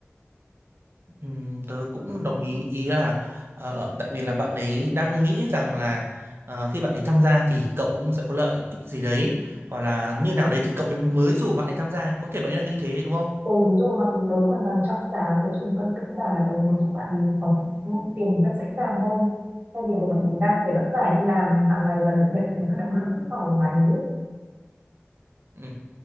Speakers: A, on the right; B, on the right.
A: Ừm, tớ cũng đồng ý ý là ờ, tại vì là bạn ấy đang nghĩ rằng là ờ, khi bạn ấy tham gia thì cậu cũng sẽ có lợi ích gì đấy hoặc là như nào đấy thì cậu ấy mới rủ bạn ấy tham gia có thể bạn ấy đang nghĩ thế đúng không?
B: ừ đúng rồi mặc dù tớ hoàn toàn trong sáng tớ chỉ cần đơn giản là tớ muốn cho bạn ấy có tiền một cách dễ dàng hơn thay vì là mình đang phải vất vả đi làm hàng ngày và nhận những cái đồng lương thấp ỏi của bạn ấy
A: Ừ.